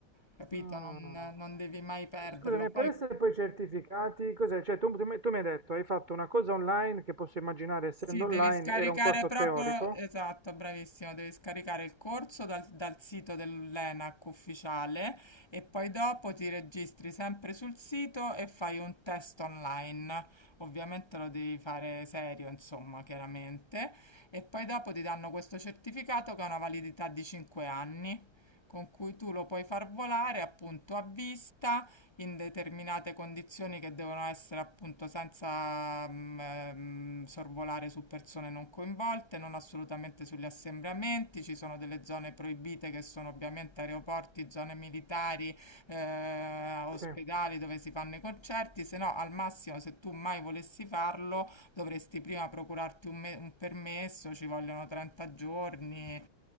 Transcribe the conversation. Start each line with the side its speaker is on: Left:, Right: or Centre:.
Left: capito?
Right: Ah.
Left: Non, non devi mai perderlo.
Right: Scusami,
Left: Poi
Right: per essere poi certificati, cos'è? Cioè, tu, tu mi tu mi hai detto, hai fatto una cosa online che posso immaginare essendo
Left: Sì,
Right: online,
Left: devi scaricare
Right: era un corso
Left: proprio,
Right: teorico?
Left: esatto, bravissimo, devi scaricare il corso dal, dal sito dell'ENAC ufficiale e poi dopo ti registri sempre sul sito e fai un test online. Ovviamente lo devi fare serio, insomma, chiaramente. E poi dopo ti danno questo certificato che ha una validità di 5 anni, con cui tu lo puoi far volare appunto a vista in determinate condizioni che devono essere appunto senza mm, ehm, sorvolare su persone non coinvolte, non assolutamente sugli assembramenti, ci sono delle zone proibite che sono ovviamente aeroporti, zone militari, eh, ospedali
Right: Sì.
Left: dove si fanno i concerti, se no al massimo se tu mai volessi farlo dovresti prima procurarti un, me- un permesso, ci vogliono 30 giorni,